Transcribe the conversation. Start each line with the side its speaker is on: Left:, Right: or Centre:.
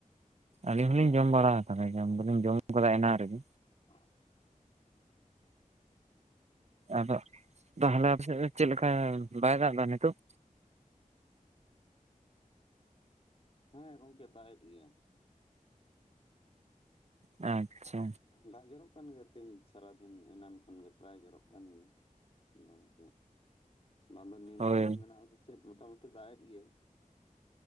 Right: ᱟᱹᱞᱤᱧ ᱦᱚᱞᱤᱧ ᱡᱚᱢ ᱵᱟᱲᱟ ᱟᱠᱟᱫᱟ ᱡᱚᱢ ᱫᱚᱞᱤᱧ ᱡᱚᱢ ᱠᱟᱫᱟ ᱮᱱᱟᱱ ᱨᱮᱜᱮ᱾
Left: <unintelligible>
Right: ᱟᱫᱚ ᱛᱟᱦᱚᱞᱮ ᱟᱯ ᱥᱮᱫ ᱫᱚ ᱪᱮᱫᱮᱠᱟ ᱵᱟᱭ ᱫᱟᱜ ᱮᱫᱟ ᱱᱤᱛᱳᱜ?
Left: ᱦᱮᱸ ᱜᱚᱝᱠᱮ ᱫᱟᱜ ᱮᱜ ᱜᱮᱭᱟᱭ
Right: ᱦᱮᱸ ᱟᱪᱷᱟ
Left: ᱫᱟᱜ ᱡᱚᱨᱚᱢ ᱠᱟᱱ ᱜᱮᱛᱮ ᱛᱮᱧᱪ ᱥᱟᱨᱟ ᱫᱤᱱ ᱮᱱᱟᱱ ᱠᱷᱚᱱᱜᱮ ᱯᱨᱟᱭ ᱡᱚᱨᱚᱜ ᱠᱟᱱ ᱜᱮᱭᱟ ᱚᱱᱟᱛᱮ ᱵᱟᱝ ᱫᱚ ᱱᱤᱢᱱᱚ
Right: ᱦᱳᱭ
Left: ᱪᱟᱯ ᱢᱮᱱᱟᱜ ᱟᱥᱮ ᱪᱮᱫ ᱢᱳᱴᱟᱢᱩᱴᱤ ᱫᱟᱜᱮᱫ ᱜᱮ